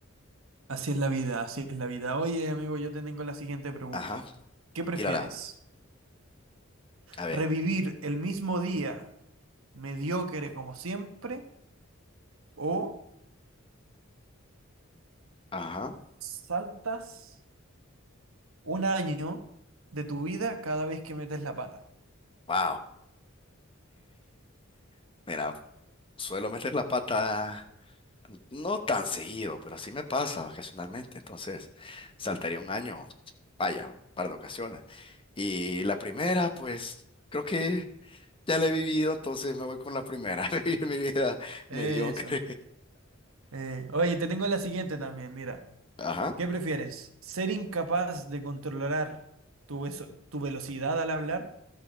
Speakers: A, on the right; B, on the left.
A: <laughs> Así es la vida, así es la vida. Oye, amigo, yo te tengo la siguiente pregunta.
B: Ajá,
A: ¿Qué prefieres?
B: tírala. A ver.
A: ¿Revivir el mismo día mediocre como siempre o
B: Ajá.
A: saltas un año de tu vida cada vez que metes la pata?
B: Wow. <laughs> mira. Suelo meter la pata no tan seguido, pero así me pasa ocasionalmente. Entonces, saltaría un año, vaya, un par de ocasiones. Y la primera, pues, creo que ya la he vivido, entonces me voy con la primera. <laughs> Vivir mi vida
A: Eso.
B: mediocre.
A: Eh, oye, te tengo la siguiente también, mira.
B: Ajá.
A: ¿Qué prefieres? ¿Ser incapaz de controlar tu, veso- tu velocidad al hablar